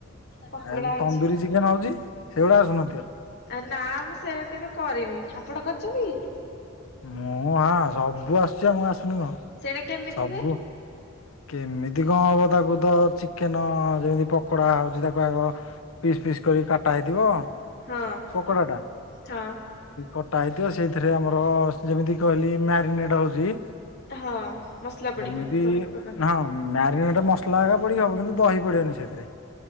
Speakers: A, on the left (about 50°); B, on the left (about 85°).
A: ପକୋଡା
B: ଆଉ
A: ହଉଛି।
B: ତନ୍ଦୁୁରୀ ଚିକେନ ହଉଛି ସେଗୁଡା ଆସୁନଥିବ।
A: ନା ମୁଁ ସେଇଟା କେବେ କରିନି ଆପଣ କରିଛନ୍ତି କି?
B: ମୁଁ ହଁ ସବୁ ଆସୁଛି ଆ ମୁଁ ଆସୁନି କଣ?
A: ସେଇଟା କେମିତି
B: ସବୁ
A: ହୁଏ?
B: କେମିତି କଣ ହବ ତାକୁ ତ ଚିକେନ ଯେମିତି ପକୋଡା ହଉଛି ତାକୁ ଆଗ ପିସ୍ ପିସ୍ କରିକ କାଟା ହେଇଥିବ
A: ହଁ
B: ପକୋଡାଟା।
A: ହଁ
B: କଟା ହେଇଥିବ ସେଇଥିରେ ଆମର ଯେମିତି କହିଲି ମ୍ୟାରିନେଟ୍ ହଉଛି
A: ହଁ ମସଲା ପଡିକି
B: ସେମିତି
A: ସବୁ ପ୍ରକାର
B: ହଁ ମ୍ୟାରିନେଟା ମସଲା ଆଗା ପଡିକି ହବ କିନ୍ତୁ ଦହି ପଡିବନି ସେଥିରେ।